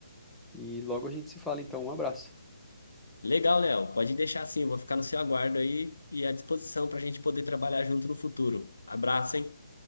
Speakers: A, in the centre; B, on the left.
A: E logo a gente se fala, então. Um abraço.
B: Legal, Léo. Pode deixar assim, eu vou ficar no seu aguardo aí e à disposição para a gente poder trabalhar junto no futuro. Abraço, hein?